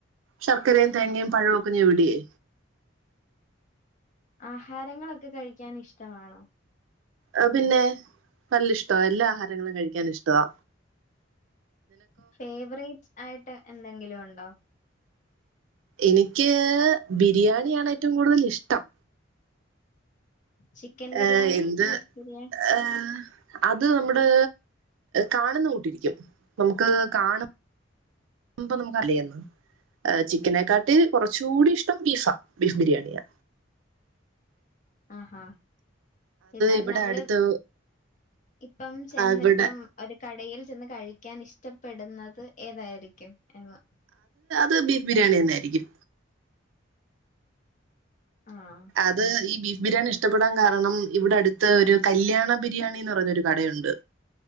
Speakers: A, on the right; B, on the left.
A: ശർക്കരയും തേങ്ങയും പഴവും ഒക്കെ ഞെവിടിയേ
B: ആഹാരങ്ങളൊക്കെ കഴിക്കാൻ ഇഷ്ടമാണോ?
A: ആ പിന്നെ വല്യ ഇഷ്ട്ടവാ എല്ലാ ആഹാരങ്ങളും കഴിക്കൻ ഇഷ്ട്ടവാ
B: ഫേവറേറ്റ് ആയിട്ട് എന്തെങ്കിലും ഒണ്ടോ?
A: എനിക്ക് ബിരിയാണിയാണ് ഏറ്റവും കൂടുതൽ ഇഷ്ട്ടം.
B: ചിക്കൻ ബിരിയാണി,
A: ഏ എന്ത്
B: ബീഫ് ബിരിയാണി
A: ഏഹ് അത് നമ്മ്ടെ കാണ്ന്ന കൂട്ടിരിക്കും നമ്ക്ക് കാണ് മ്പോ നമ്ക്ക് അർലേര്ന്ന് ഏ ചിക്കനേക്കാട്ടിൽ കൊറച്ചൂടിഷ്ടം ബീഫാ ബീഫ് ബിര്‌യാണിയാ
B: ആ ഹാ എന്നാൽ
A: ഇവിടെ
B: നമ്മള്
A: അടുത്ത്
B: ഇപ്പം ചെന്നിപ്പം
A: ഇവിടെ
B: ഒര് കടയിൽ ചെന്ന് കഴി ക്കാൻ ഇഷ്ടപ്പെട്ന്നത് ഏതായിരിക്കും എന്ന്
A: ത് ബീഫ് ബിര്യാണെന്നെ ടികും
B: ആഹ്.
A: അത് ഈ ബീഫ് ബിര്‌യാണി ഇഷ് ട്ടപ്പെടാൻ കാരണം ഇവ്ടെ അട്ത്ത് ഒര് കല്യാണ ബിരിയാണീന്ന് പറഞ്ഞൊര് കടയൊണ്ട്